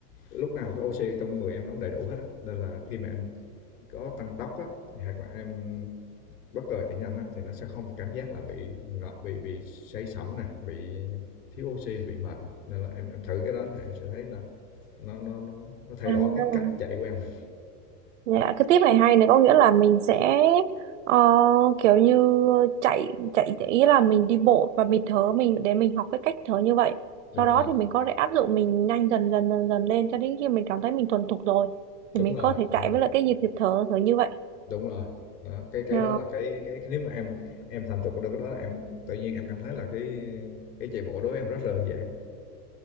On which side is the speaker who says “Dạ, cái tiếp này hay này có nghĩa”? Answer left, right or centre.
Right